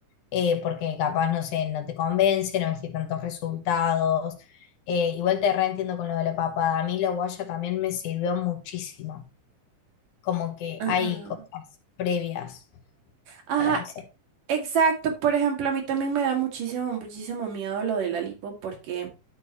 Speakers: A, on the left (about 75°); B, on the right (about 80°).
A: eh, porque capaz, no sé, no te convence, no ves que tantos resultados. Eh, igual te reentiendo con lo de la papada. A mí la guaya también me sirvió muchísimo como que
B: Ajá.
A: hay cosas previas
B: Ajá,
A: para hacer.
B: exacto. Por ejemplo, a mí también me da muchísimo, muchísimo miedo lo de la lipo porque